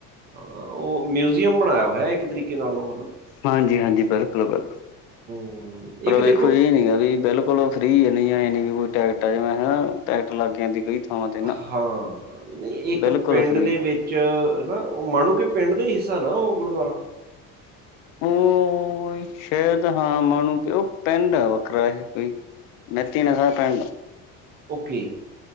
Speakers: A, on the right; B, on the left.
A: ਆ ਉਹ ਮਿਊਜ਼ਅਮ ਬਣਾਇਆ ਹੋਇਆ ਇੱਕ ਤਰੀਕੇ ਨਾਲ ਉਹ ਹੈਨਾ।
B: ਹਾਂਜੀ-ਹਾਂਜੀ ਬਿਲਕੁਲ-ਬਿਲਕੁਲ
A: ਹੂੰ,
B: ਪਰ
A: ਇੱਕ
B: ਵੇਖੋ
A: ਦੇਖੋ
B: ਇਹ ਨੀ ਆ ਵੀ ਬਿਲਕੁਲ ਫਰੀ ਆ ਨਈ ਏ ਨੀ ਵੀ ਟੈਕਟ ਜਵਾਂ ਟੈਕਟ ਲੱਗ ਜਾਂਦੀ ਥਾਵਾਂ ਤੇ ਨਾ
A: ਹਾਂ, ਨਹੀਂ ਇੱਕ
B: ਬਿਲਕੁਲ
A: ਪਿੰਡ
B: ਫ੍ਰਰੀ
A: ਦੇ ਵਿੱਚ ਚ ਉਹ ਮਾਣੂੰਕੇ ਪਿੰਡ ਦਾ ਹਿੱਸਾ ਨਾ ਉਹ ਗੁਰਦੁਆਰਾ
B: ਓ ਕੋਈ ਸ਼ਹਿਦ ਹਾਂ ਮਾਣੂੰਕੇ ਪਿੰਡ ਆ ਵੱਖਰਾ ਏਹੇ ਕੋਈ ਮੈਤੀਆ ਪਿੰਡ
A: ਓਕੇ,